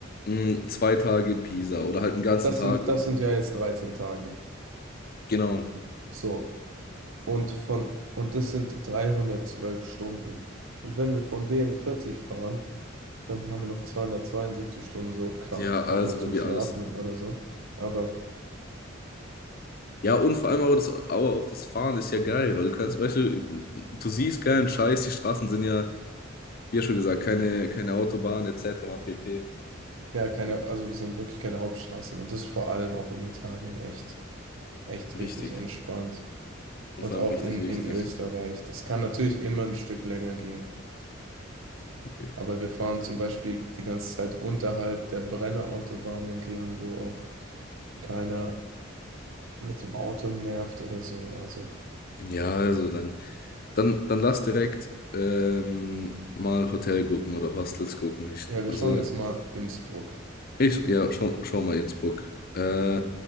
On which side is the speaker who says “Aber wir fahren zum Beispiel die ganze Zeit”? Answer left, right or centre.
Right